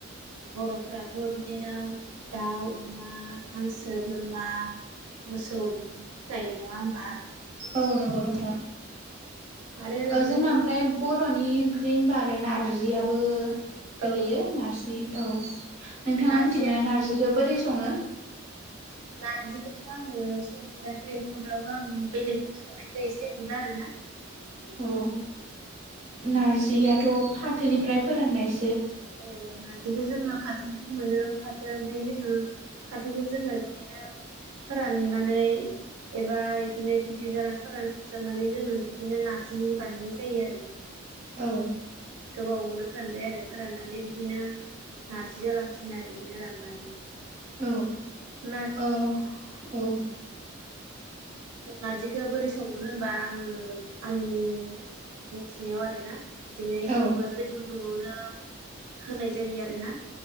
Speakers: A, on the right; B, on the right.
A: बर'फोरा बो बिदिनो दाउ अमा हांसो बोरमा मोसौ बिदि फिखायो नङा होमबा
B: औ नंगौ नोंथां
A: आरो बिदिनो
B: जोंना ओ ओमफ्राय बर' नि ओंख्रि होनबा आरो नारजियाबो गोलैयो
A: औ
B: नारजि औ नोंथाङा
A: नारजियाथ'
B: मिथिगौना नारजिखौ बोरै सङो
A: नारजिखौथ' आङो संफेराखै थेवब्लाबो आं बेलेगनि संनायखौ एसे नुदों आरोना
B: औ नारजियाथ'
A: बिदिनो
B: फाथोनिफ्राय फोराननाय
A: ओ नारजिखौ जोङो फाथोनिफ्राय मोनो फाथोया ओमफ्राय जोङो फाथोखौ जोङो बिदिनो फोराननानै एबा बिदिनो गिदिर जारां फोरानसारनानै जोङो बिदिनो नारजि बानायनाय जायो आरो
B: औ
A: गोबावनो फोरानबाय आरो फोराननानै बिदिनो नारजि जालांसिगोन आरो बिनो रानबानो
B: औ
A: नारजि
B: औ औ
A: नारजिखौ बोरै सङो होनबा आङो आंनि मिथिनायाव आरो ना बिदिनो बेखौबो
B: औ
A: दै गुदुङावनो होनाय जायो आरोना